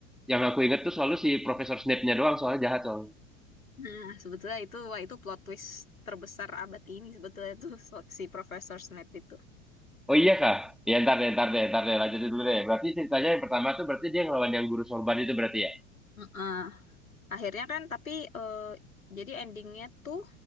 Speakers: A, in the centre; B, on the left (about 80°).
A: yang aku ingat tuh selalu si Profesor Snape-nya doang soalnya jahat soalnya.
B: Nah, sebetulnya itu, wah itu plot twist terbesar abad ini sebetulnya itu <laughs> so- si Profesor Snape itu.
A: Oh iya kak, ya ntar deh, ntar deh, ntar deh, lanjutin dulu deh. Berarti ceritanya yang pertama tuh berarti dia ngelawan yang guru sorban itu berarti ya?
B: Heeh. Akhirnya kan, tapi eh, jadi endingnya tuh